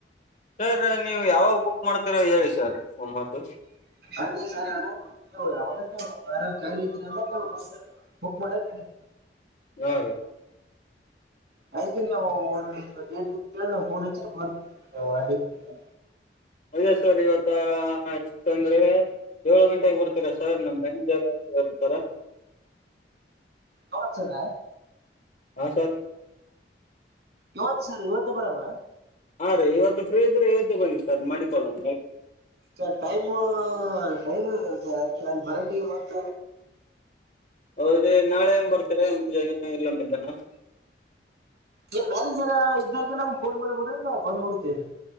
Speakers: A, on the left (about 40°); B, on the right (about 65°).
A: ಸರ್ ನೀವು ಯಾವಾಗ ಬುಕ್ ಮಾಡ್ತೀರಾ ಹೇಳಿ ಸರ್ ಒಂಬತ್ತು.
B: ಅದೇ ಸರ ನೀವು ಅವಾಗ ಆರಾಮ್ ಖಾಲಿ ಇದ್ರ ಅಂದ್ರೆ ಬುಕ್ ಮಾಡ. <inaudible>
A: ಹಾ ರೀ
B: ಹಾಗ ನಾವು ಒ ಡೇಟ್ ಅಂತೇಳಿ ನಾವು ಫೋನ್ ಹಚ್ಚ ಬರ್ತ ನವು ಆ ಡೇಟ್ಲ್ಲಿ
A: ಅದೇ ಸರ್ ಇವತ್ತ ಎಷ್ಟಂದ್ರೆ ಏಳ ಗಂಟೆ ಬರ್ತೀರಾ ಸರ್ ನಮ್ಮ ಮ್ಯೇಜರ್ ಇರ್ತಾರ
B: ಹ ಚಲ್ಲ
A: ಹಾ ಸರ್
B: ಇವತ್ತು ಸರ್ ಇವತ್ತು ಬರಮ್ಮ
A: ಹಾ ರೀ ಇವತ್ತು ಫ್ರೀ ಇದ್ರೆ ಇವತ್ತು ತಗೊಂಡಿ ಸರ್ ಮಾಡಿಕೊಳ್ಳೋಣ
B: ಸರ್ ಟೈಮ್ ಟೈಮ್ ಸರ್ ಅದಕ್ಕೆ ನ ಬರೋಡಿಗೆ ಮತ್ತ
A: ಹೌದಿ ನಾಳೆ ಬರ್ತರ ಮುಂಜಾನೆ ಎಲ್ಲ ಮಧ್ಯಾಹ್ನ
B: ನಿ್ ಮ್ಯಾನೇಜರ್ ಇದ್ದಾಗೆ ನಮ ಫೋನ್ ಮಾಡ್ಬಿಡ್ರಿ ನಾ ಬಂದ್ಬಿಡ್ತೇ